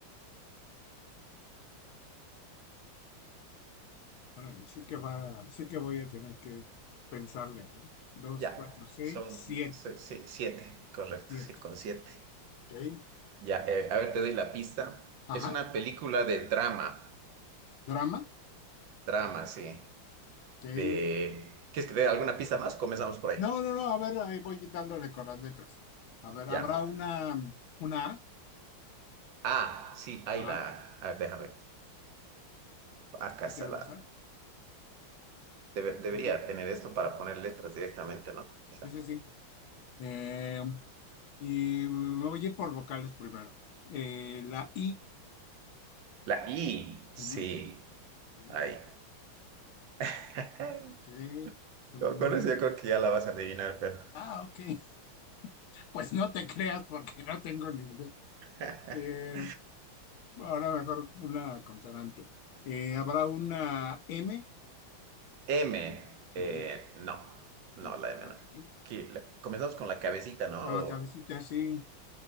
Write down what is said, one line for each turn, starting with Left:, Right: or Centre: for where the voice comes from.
Left: Órale, sí que va, sí que voy a tener que pensarle. ¿no? Dos,
Right: Ya,
Left: cuatro, seis,
Right: son
Left: siete.
Right: se- se- siete, correcto,
Left: Siete.
Right: sí, con siete.
Left: Ok.
Right: Ya, eh, a ver, te doy la pista.
Left: Ajá.
Right: Es una película de drama,
Left: Drama.
Right: drama, sí.
Left: Ok.
Right: De... ¿Quieres que te dé alguna pista más? o Comenzamos por ahí.
Left: No, no, no. A ver, ahí voy dándole con las letras. A ver,
Right: Ya.
Left: habrá una, una A.
Right: Ah, sí, ahí
Left: Ajá.
Right: la... A ver, déjame. Acá
Left: Sí
Right: está
Left: tenemos
Right: la...
Left: A.
Right: debe- debería
Left: Mm,
Right: tener esto para poner letras directamente, ¿no? Ahí está.
Left: Sí, sí, sí. Eh, Y mm, me voy a ir por vocales primero. Eh, la I.
Right: La I, sí.
Left: Ujú, Ok.
Right: Ahí. <laughs>
Left: ok. Mm,
Right: Con con eso yo creo que ya la vas a adivinar, pero...
Left: ah, ok. <laughs> Pues no te creas porque no tengo ni idea.
Right: <laughs>
Left: Eh, ahora mejor una consonante. Eh, ¿habrá una M?
Right: M, eh,
Left: Ujú,
Right: no. No,
Left: No.
Right: la M
Left: Ok.
Right: no. Aquí, la- Comenzamos con la cabecita, ¿no?
Left: Con la
Right: O-
Left: cabecita así,